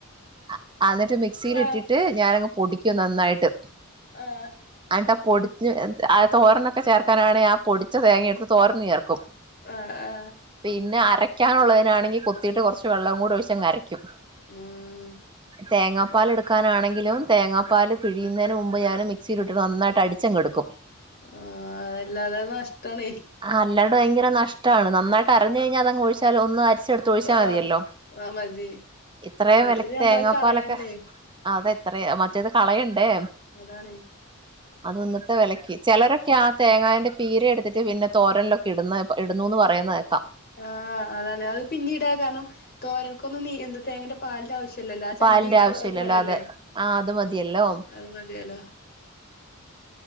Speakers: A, on the right (about 20°); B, on the left (about 45°).
A: അ അന്ന്ട്ട് മിക്സിലിട്ടിട്ട്
B: ആ
A: ഞാനങ്ങ് പൊടിക്കും ന്നന്നായ്ട്ട്.
B: ആഹ്
A: അൻട്ടാ പൊടിഞ്ഞ് ആഹ് അത്‌ തോരനൊക്കെ ചേർക്കാനാണെ ആ പൊടിച്ച തേങ്ങയെടുത്ത് തോരന് ചേർക്കും.
B: ആ ആ
A: പിന്നെ അരയ്ക്കാനുള്ളതിനാണെങ്കി കൊത്തീട്ട് കൊർച്ച് വെള്ളം കൂടെ ഒഴിച്ചങ്ങ് അരക്കും.
B: ഉം
A: തേങ്ങാപ്പാല് എടുക്കാനാണെങ്കിലും തേങ്ങാപ്പാൽ പിഴിയുന്നെന് മുമ്പ് ഞാന് മിക്സീലിട്ട് നന്നായിട്ട് അടി ച്ചങ്ങെടുക്കും
B: ആ അതല്ലാതെ നഷ്ടാണേ
A: അല്ലാണ്ട് ഭയങ്കര നഷ് ട്ടാണ് നന്നായിട്ട് അരഞ്ഞ് കഴിഞ്ഞാ അതങ്ങ് ഒഴിച്ചാലും ഒന്ന് അരച്ചെടുത്തൊഴിച്ചാ
B: ആ
A: മതിയല്ലോ
B: ആ മതി
A: ഇത്രേം
B: മറ്റേത്
A: വെലക്ക്
B: നമ്മള്
A: തേങ്ങാപ്പാലൊക്കെ
B: കളയണ്ടേ
A: അത് ഇത്രേം മറ്റേത് കളയണ്ടേ.
B: അതാണ്
A: അതു ഇന്നത്തെ വെലക്ക് ചെലരൊക്കെ ആ തേങ്ങാന്റെ പീര എടുത്തിട്ട് പിന്നെ തോരൻലൊക്കെ ഇടുന്ന് ഇടുന്നൂന്ന് പറയുന്നെ കേക്കാം.
B: ആഹ് അതാണ് അയ് പിന്നീടാ കാരണം തോരൻക്കൊന്ന് നി എന്ത തേങ്ങന്റെ പാലിന്റെ ആവിശ്യില്ലല്ല ആഹ് ചണ്ടി
A: പാലിന്റെ ആവശ്യം
B: പൊ
A: ഇല്ലല്ലോ
B: പോലല്ലേ
A: അതെ ആ അത് മതിയല്ലോ
B: അത് മതിയെല്ല